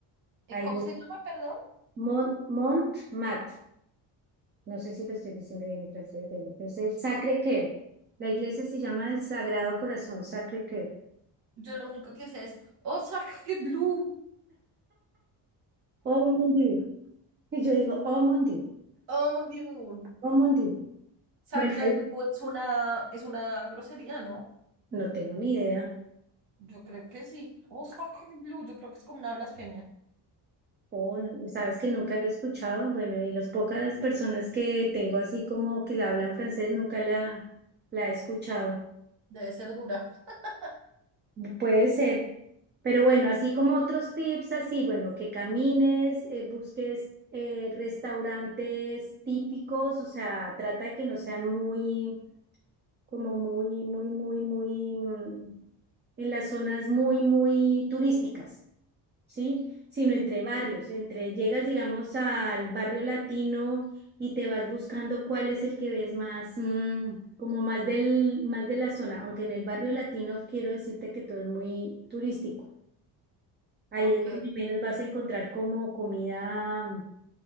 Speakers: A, on the right; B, on the right.
A: Eh,
B: Ahí
A: ¿Cómo
B: es
A: se llama, perdón?
B: Mont, Montmartre, no sé si lo estoy diciendo bien en francés, pero es el Sacré-Cœur. La iglesia se llama el Sagrado Corazón Sacré-Cœur.
A: Yo lo único que sé es, oh, Sacre Blue.
B: Oh mon Dieu. Y yo digo, oh mon Dieu,
A: Oh, mon Dieu.
B: oh mon Dieu.
A: Sacre
B: Bueno, ahí
A: Blue es una, es una grosería, ¿no?
B: no tengo ni idea.
A: Yo creo que sí. Osaka Blue, yo creo que es como una blasfemia.
B: Oh, no, sabes que nunca lo he escuchado. Bueno, y las pocas personas que tengo así como que hablan francés nunca la, la he escuchado.
A: Debe ser dura. <laughs>
B: Puede ser. Pero bueno, así como otros tips, así, bueno, que camines, eh, busques eh, restaurantes típicos, o sea, trata de que no sean muy, como muy, muy, muy, muy, mm, en las zonas muy, muy turísticas. ¿sí? Sino entre barrios, entre llegas, digamos, al barrio latino y te vas buscando cuál es el que ves más, mm, como más del, más de la zona, aunque en el barrio latino quiero decirte que todo es muy turístico. Ahí
A: Ok,
B: es donde menos vas a encontrar como comida,